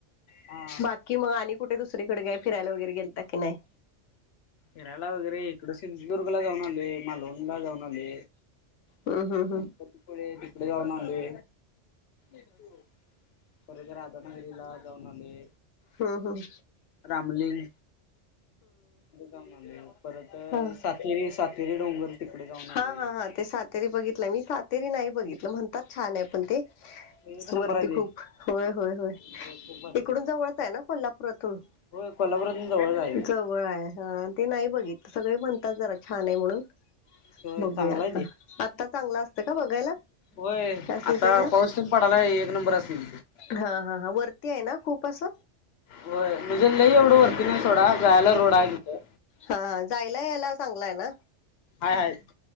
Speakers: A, on the left; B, on the left.
A: हा
B: बाकी मग आणि कुठे दुसरीकडे फिरायला वगैरे गेलता की नाही.
A: हिराला वगैरे इकड सिंधुदुर्गला जाऊन आले. मा लोनला जाऊन आले
B: हम्म हम्म
A: गणप- पुढे तिकडे जाऊन आली पर तर राधानगरीला. ऊनले
B: हम् हम
A: रामलिंग जाऊन आ परत
B: हम्म
A: सातेरी सातेरी डोंगर- तिकडे जाऊन आलोय.
B: हा हा हा ते सातेरी बघितलं मी सातेरी नाही बघितलं म्हणतात छान आहे पण ते-
A: एक
B: सु
A: नंबर
B: वरती
A: आहे ते.
B: खूप होय होय होय
A: खूप भारी आहे
B: इकडून
A: ते.
B: जवळच आहे ना कोल्हापुरातून.
A: होय कोल्हापुरातून जवळच आहे ते.
B: जवळ आहे. हा ते नाही बघित सगळे म्हणतात जरा छान आहे म्हणून
A: होय
B: बघूया
A: चांगलं
B: आता.
A: आहे ते.
B: आत्ता चांगला असते का बघायला.
A: होय
B: या सीझन
A: आता
B: ला
A: पाऊस पण पडालाय एक नंबर असलत.
B: हा हा हा वरती आहे ना खूप असं.
A: हो म्हणजे लई एवढं वरती नाही सोडा जायला रोड आहे. तिथं.
B: हा हा जायला यायला चांगला आहे ना
A: हाय हाय.